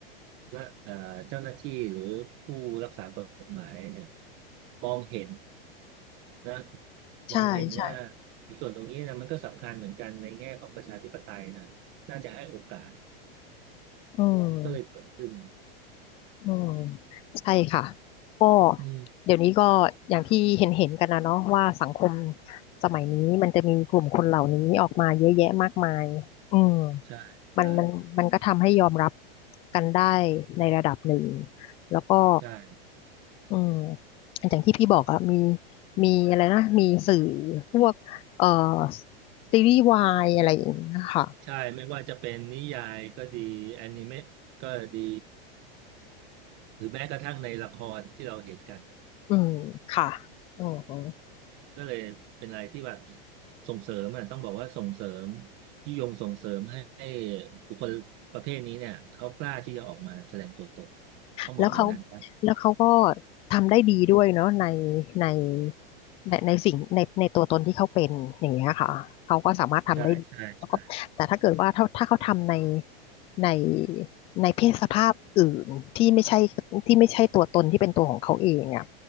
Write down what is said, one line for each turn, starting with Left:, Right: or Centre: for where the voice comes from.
Right: และเอ่อเจ้าหน้าที่หรือผู้รักษากฎหมายเนี่ยมองเห็นนะ
Left: ใช่ใช่
Right: มองเห็นว่าในส่วนตรงนี้นะมันก็สำคัญเหมือนกันในแง่ของประชาธิปไตยนะน่าจะให้โอกาส
Left: อืม
Right: ก็เลยเกิดขึ้น
Left: อืมใช่ค่ะ ก็
Right: อืม
Left: เดี๋ยวนี้ก็อย่างที่เห็นเห็นกันนะเนาะว่าสังคมสมัยนี้มันจะมีกลุ่มคนเหล่านี้ออกมาเยอะแยะมากมายอืม
Right: ใช่ใช่
Left: มันมันมันก็ทำให้ยอมรับกันได้ในระดับหนึ่ง แล้วก็
Right: ใช่
Left: อืมอย่างที่พี่บอกอะมีมีอะไรนะมีสื่อพวกเอ่อซีรีส์วายอะไรอย่างเงี้ยค่ะ
Right: ใช่ไม่ว่าจะเป็นนิยายก็ดีแอนิเมะก็ดีหรือแม้กระทั่งในละครที่เราเห็นกัน
Left: อืมค่ะอืม
Right: ก็เลยเป็นอะไรที่แบบส่งเสริมอ่ะต้องบอกว่าส่งเสริมยุยงส่งเสริมให้ให้บุคคลประเภทนี้เนี่ยเขากล้าที่จะออกมาแสดงตัวตนต้องบอกอย่างนั้นนะ
Left: แล้วเขาแล้วเขาก็ทำได้ดีด้วยเนาะในในในในสิ่งในในตัวตนที่เขาเป็นอย่างเงี้ยค่ะเขาก็สามารถทำได้ดีแล้วก็แต่ถ้าเกิดว่าถ้าถ้าเขาทำใน
Right: ใช่ใช่ใช่
Left: ในในเพศสภาพอื่นที่ไม่ใช่ที่ไม่ใช่ตัวตนที่เป็นตัวของเขาเองอ่ะ